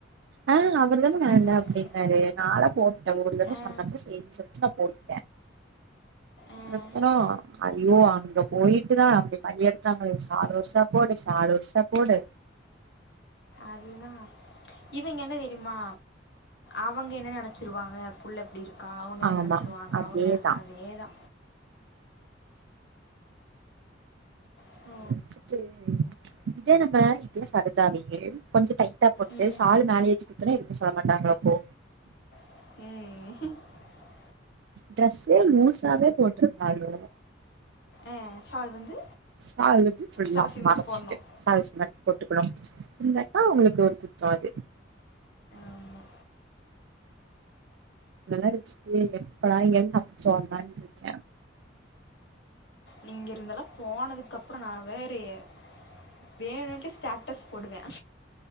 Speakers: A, on the right; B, on the left.
A: ஆ அவுருதானே வேண்டா
B: ஃபஸ்ட்டு
A: அப்டின்னாரு நாலா போட்டே ஒரு தடவ
B: ஆ
A: சொன்னப்ப சேரி சொல்ட்டு நா போட்
B: ஆ
A: அப்புறோ ஐய்யோ அங்க போயிட்டு தா அப்டி பன்னி எடுத்தாங்கலெ நாலு வர்சோ போடு நாலு வருசொ போடு
B: அதுதா இவிங்கெ என்ன தெரிம்மா அவங்கெ என்ன நெனச்சிருவாங்க புல் எப்டி இருக் க்கா அவுங்கென்ன
A: ஆமா
B: நெனச்சிருவாங்க
A: அதேதா
B: அவுங்கெ அதே தா ஸோ
A: இவங்கள வெச்சிட்டு இதே நம்ம இதே சார்த அன்னிக்கு கொஞ்சு டைம் ட்டா போட்டு
B: ம்
A: சாலு மேலியே தூக்கி த்தன எதுமே சொல்லமாட்டங்களா அப்போ
B: உம்
A: ட்ரெஸ்ஸே லூஸாவே போட்டுருந்தாலு
B: ஆ ஷால் வந்து
A: சாலுங்குருது ஃபுல்லா
B: சலஃபி
A: மறைச்சிட்டு
B: மாதி போடணும்.
A: <unintelligible> மாதிரி போட்டுக்கணு இதத்தா உங்களுக்கு ஒரு குத்தோ அது
B: ஆமா,
A: <unintelligible> எப்படா இங்கிருந்து <unintelligible> சொன்னான்டுருக்க
B: நீங்க இருந்தெல்லா போனதுக்கு அப்புறோ நா வேற ஏ வேணுன்டே ஸ்டேட்டஸ் போடுவே